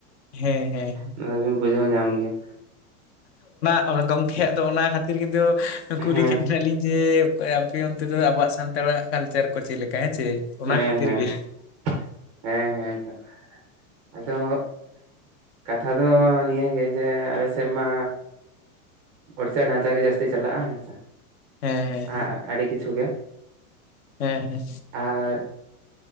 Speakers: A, on the left (about 45°); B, on the right (about 15°).
A: ᱦᱮᱸ ᱦᱮᱸ
B: ᱱᱚᱣᱟ ᱫᱚᱵᱤᱱ ᱵᱩᱡᱷᱟᱹᱣ ᱧᱟᱢ ᱜᱮᱭᱟ᱾
A: ᱟᱵᱚᱨᱮᱱ ᱜᱚᱝᱠᱮᱭᱟᱜ ᱫᱚ ᱚᱱᱟ ᱠᱷᱟᱹᱛᱤᱨ ᱜᱮᱫᱚ ᱠᱩᱞᱤ
B: ᱦᱮᱸ
A: ᱠᱮᱫ ᱵᱮᱱᱟᱞᱤᱧ ᱡᱮ ᱚᱠᱚᱭ ᱟᱯᱮ ᱚᱱᱛᱮ ᱫᱚ ᱟᱵᱚᱣᱟᱜ ᱥᱟᱱᱛᱟᱲᱟᱜ ᱠᱟᱞᱪᱟᱨ ᱠᱚ ᱪᱮᱫ ᱞᱮᱠᱟ ᱦᱮᱸ ᱪᱮ? ᱚᱱᱟ
B: ᱦᱮᱸ
A: ᱠᱷᱟᱹᱛᱤᱨ
B: ᱦᱮᱸ
A: ᱜᱮ
B: ᱦᱮᱸ, ᱦᱮᱸ ᱦᱮᱸ ᱚᱱ᱾ ᱟᱫᱚ ᱠᱟᱛᱷᱟ ᱫᱚ ᱱᱤᱭᱟᱹ ᱜᱮ ᱡᱮ ᱟᱞᱮ ᱥᱮᱫ ᱢᱟ ᱳᱲᱤᱥᱤᱟ ᱰᱷᱟᱸᱪᱟ ᱜᱮ ᱡᱟᱹᱥᱛᱤ ᱪᱟᱞᱟᱜᱼᱟ ᱦᱮᱸ ᱥᱮ᱾
A: ᱦᱮᱸ ᱦᱮᱸ
B: ᱟ ᱟᱹᱰᱤ ᱠᱤᱪᱷᱩ ᱜᱮ,
A: ᱦᱮᱸ ᱦᱮᱸ
B: ᱟᱨ